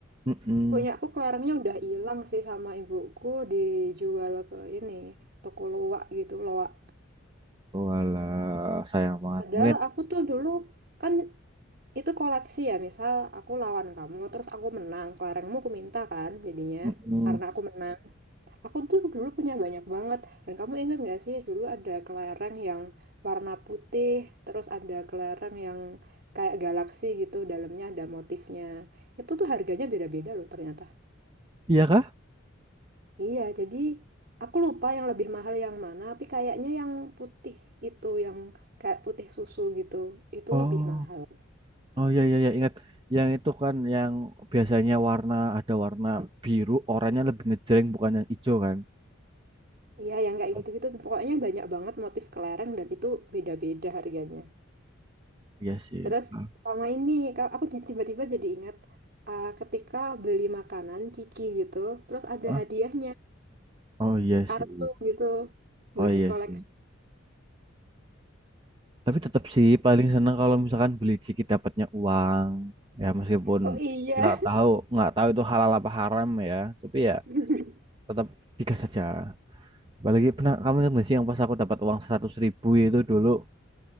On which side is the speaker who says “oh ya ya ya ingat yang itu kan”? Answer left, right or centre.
Right